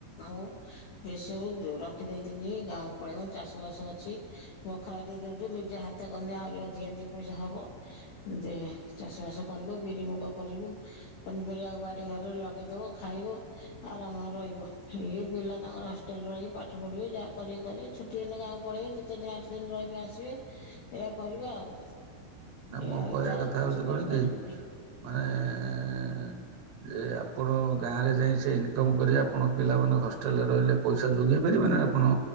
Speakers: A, on the left; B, on the right.
A: ଆଉ ବେଶଉ ରଖି ଦେଇଥିଲି ଗାଁକୁ ପଳେଇ ଚାଷ ବାସ ଅଛି ବଖରା ଦେଇଦଉ ନିଜ ହାତ କଲେ ଆହୁରି ଅଧିକା ଦି ପଇସା ହବ ଏମିତି ଚାଷ ବାସ କଲୁ ବିରି ମୁୁଗ କରିବୁ ପନିପରିବା ବାଡି ଘରରେ ଲଗେଇଦବ ଖାଇବୁ। ଆରାମରେ ରହିବୁ ଇଏ ପିଲା ତାଙ୍କର ହଷ୍ଟେଲରେ ରହିକି ପାଠ ପଢିବେ ଯାହା କରିବେ କରିବେ ଚୁ ଦ ଦିନ ଗାଁକୁ ପଳେଇବେ ଦିଇ ଚାରି ଦିନ ଆଠ ଦିନ ରହିବେ ଆସିବେ ଏଇ କରିବେ ଆଉ।
B: ନା
A: ଇଏ
B: ମୋ
A: ଆଉ
B: କହିବା
A: ତ
B: କଥା
A: ଆଉ କିଛି
B: ହଉଛି କଣ
A: କହିପାରିବିନି!
B: କି ମାନେ ଯେ ଆପଣ ଗାଁରେ ଯାଇ ସେ ଇନକମ୍ କରି ଆପଣ ପିଲାମାନେ ହଷ୍ଟେଲରେ ରହିଲେ ପଇସା ଯୋଗେଇ ପାରିବେନି ଆପଣ?